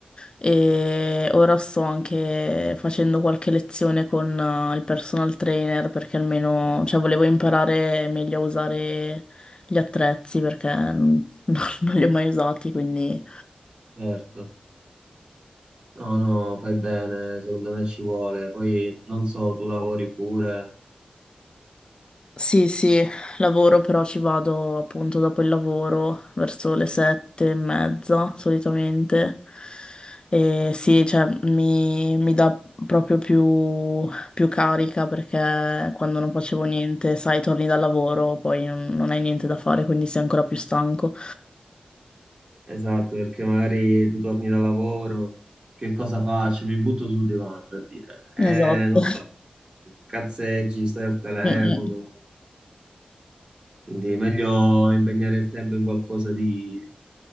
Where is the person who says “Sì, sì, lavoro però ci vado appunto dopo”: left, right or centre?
Left